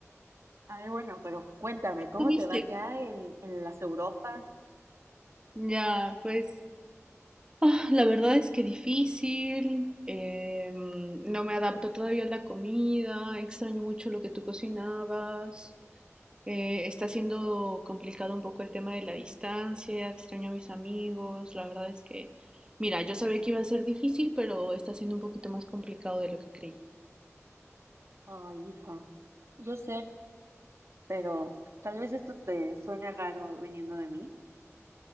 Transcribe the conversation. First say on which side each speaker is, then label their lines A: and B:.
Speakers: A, on the right; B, on the right.
A: A ver, bueno, pero cuéntame, ¿cómo
B: ¿Tú viste?
A: te va ya en, en las Europas?
B: Ya, pues, ah, la verdad es que difícil. em, no me adapto todavía a la comida. Extraño mucho lo que tú cocinabas. Eh, está siendo complicado un poco el tema de la distancia, extraño a mis amigos, la verdad es que, mira, yo sabía que iba a ser difícil, pero está siendo un poquito más complicado de lo que creí.
A: Ay, hija, yo sé, pero tal vez esto te suene raro viniendo de mí.